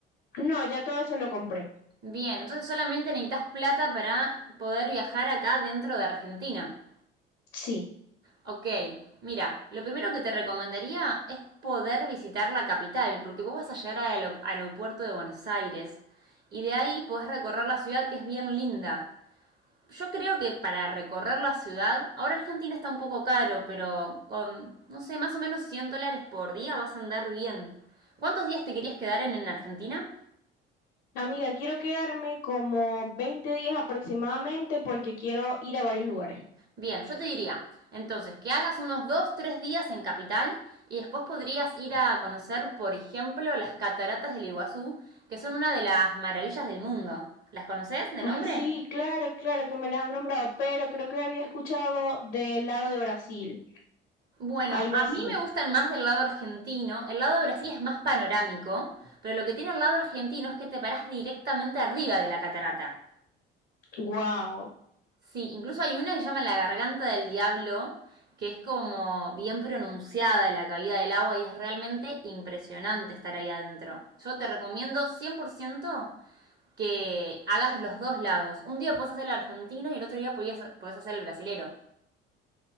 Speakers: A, on the left (about 70°); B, on the right (about 35°).
A: No, ya todo eso lo compré.
B: Bien, entonces solamente necesitas plata para poder viajar acá dentro de Argentina.
A: Sí.
B: Ok, mira, lo primero que te recomendaría es poder visitar la capital, porque vos vas a llegar al aeropuerto de Buenos Aires y de ahí podés recorrer la ciudad que es bien linda. Yo creo que para recorrer la ciudad, ahora Argentina está un poco caro, pero con, no sé, más o menos 100 dólares por día vas a andar bien. ¿Cuántos días te querías quedar en, en Argentina?
A: Amiga, quiero quedarme como 20 días aproximadamente porque quiero ir a varios lugares.
B: Bien, yo te diría, entonces, que hagas unos dos tres días en Capital y después podrías ir a conocer, por ejemplo, las cataratas del Iguazú, que son una de las maravillas del mundo. ¿Las conoces de
A: Ay,
B: nombre?
A: sí, claro, claro que me las han nombrado, pero creo que había escuchado del lado de Brasil,
B: Bueno,
A: algo
B: a
A: así.
B: mí me gustan más del lado argentino. El lado de Brasil es más panorámico, pero lo que tiene el lado argentino es que te parás directamente arriba de la catarata.
A: Wow.
B: Sí, incluso hay una que se llama la Garganta del Diablo, que es como bien pronunciada de la caída del agua y es realmente impresionante estar ahí adentro. Yo te recomiendo 100% que hagas los dos lados. Un día puedes hacer el argentino y el otro día podías- podés hacer el brasilero.